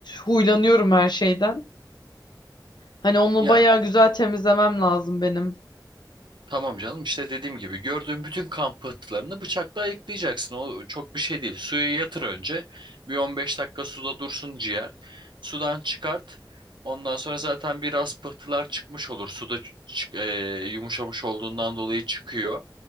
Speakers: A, on the left; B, on the right.
A: huylanıyorum her şeyden. Hani onu
B: ya
A: bayağı güzel temizlemem lazım benim.
B: Tamam canım işte dediğim gibi gördüğün bütün kan pıhtılarını bıçakla ayıklayacaksın. O çok bir şey değil. Suya yatır önce. Bir 15 dakika suda dursun ciğer. Sudan çıkart. Ondan sonra zaten biraz pıhtılar çıkmış olur. Suda ç- çık- e, yumuşamış olduğundan dolayı çıkıyor.